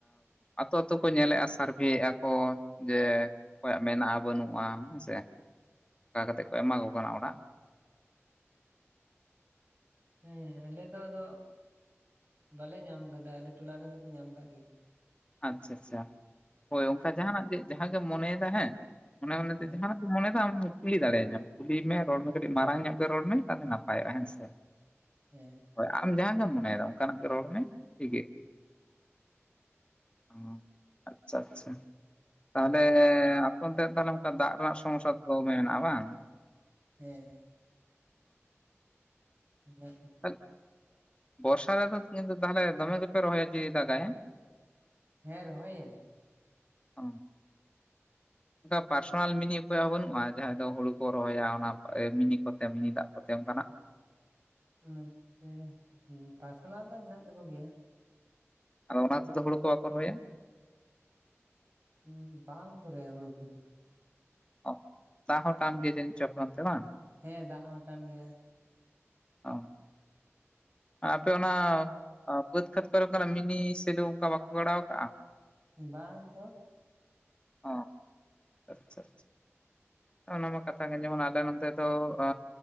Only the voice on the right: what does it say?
ᱦᱮᱸ ᱟᱞᱮ ᱫᱚ ᱟᱫᱚ, ᱵᱟᱞᱮ ᱧᱟᱢ ᱟᱠᱟᱫᱟ ᱟᱞᱮ ᱴᱚᱞᱟ ᱨᱮᱱ ᱫᱚᱠᱚ ᱧᱟᱢ ᱟᱠᱟᱜ ᱜᱮᱭᱟ
ᱦᱮᱸ
ᱦᱮᱸ
ᱦᱮᱸ
ᱦᱮᱸ <unintelligible>
ᱦᱮᱸ ᱨᱚᱦᱚᱭ ᱭᱟᱞᱮ
ᱚᱱᱟᱛᱮ ᱯᱟᱨᱥᱚᱱᱟᱞ ᱫᱚ ᱢᱮᱱᱟᱜ ᱛᱟᱠᱚ ᱜᱮᱭᱟ
ᱦᱩ ᱵᱟᱝ ᱠᱚ ᱨᱚᱦᱚᱭᱟ ᱦᱩᱲᱩ ᱠᱚᱫᱚ
ᱦᱮᱸ ᱫᱟᱜ ᱦᱚᱸ ᱴᱟᱱ ᱜᱮᱭᱟ
ᱵᱟᱝ ᱛᱚ